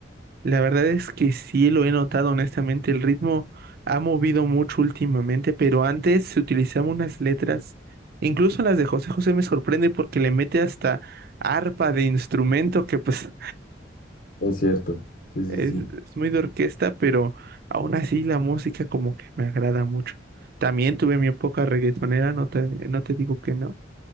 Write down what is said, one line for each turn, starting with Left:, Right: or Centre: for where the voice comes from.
Right: La verdad es que sí lo he notado, honestamente, el ritmo ha movido mucho últimamente, pero antes se utilizaban unas letras, incluso las de José José me sorprende porque le mete hasta arpa de instrumento que pues
Left: Es cierto. Sí, sí,
Right: Es,
Left: sí.
Right: es muy de orquesta, pero aún así la música como que me agrada mucho. También tuve mi época reggaetonera, no te, no te digo que no.